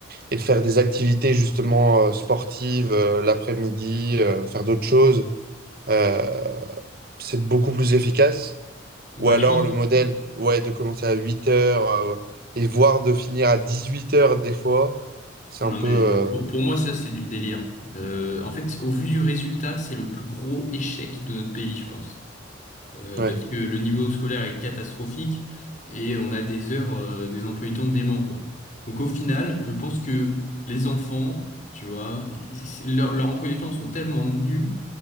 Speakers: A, on the right (about 50°); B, on the left (about 40°).
A: et de faire des activités justement euh, sportives euh, l'après-midi, euh, faire d'autres choses, Euh, c'est beaucoup plus efficace.
B: Bah,
A: Ou alors
B: je pense
A: le modèle, ouais, de commencer à 8 heures euh, et voire de finir à 18 heures des fois, c'est
B: Non,
A: un peu...
B: mais
A: euh,
B: pour, pour moi, ça, c'est du délire. Euh, en fait, au vu du résultat, c'est le plus gros échec de notre pays, je pense. Euh,
A: ouais.
B: parce que le niveau scolaire est catastrophique et on a des heures, euh, des emplois du temps déments, quoi. Donc au final, je pense que les enfants, tu vois, ils- leur- leurs emplois du temps sont tellement nuls